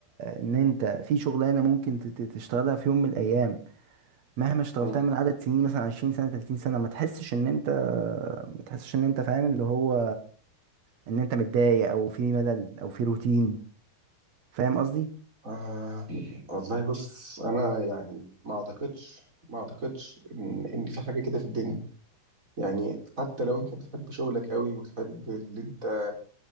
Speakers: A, on the right; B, on the right.
A: ان انت في شغلانة ممكن تت- تشتغلها في يوم من الايام مهما اشتغلتها
B: مم.
A: من عدد سنين مثلا 20 سنة 30 سنة ما تحسش ان انت ما تحسش ان انت فاهم اللي هو ان انت متضايق او في ملل او في روتين فاهم قصدي
B: آه والله بص انا يعني ما اعتقدش ما اعتقدش ان ان في حاجه كده في الدنيا يعني حتى لو انت بتحب شغلك قوي وتحب اللي انت